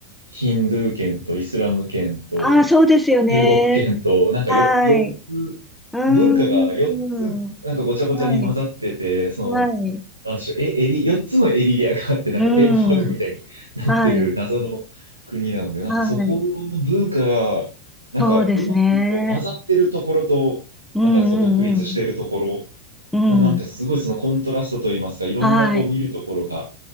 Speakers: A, on the right (about 80°); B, in the centre.
A: ヒンドゥー圏とイスラム圏と、
B: ああ、そうですよね。
A: 中国圏と、なんかよ、
B: はい。
A: 4つ、
B: うーん。
A: 文化が4つ、
B: は
A: なんかごちゃごちゃに混ざってて、
B: い。
A: その、
B: はい。
A: なんでしょう、え、エリ、4つのエリアがあって、なんかテーマパークみたいになってる謎の
B: うーん。はい。
A: 国なので、なんかそこの文化が、
B: はい。
A: なんかうまくこう混ざってるところと、
B: そうですね。うんうん
A: なんかその独立しているところ
B: うん。
A: の、なんかすごいそのコントラストといいますか、
B: うん。
A: いろんなこう見るところが
B: はい。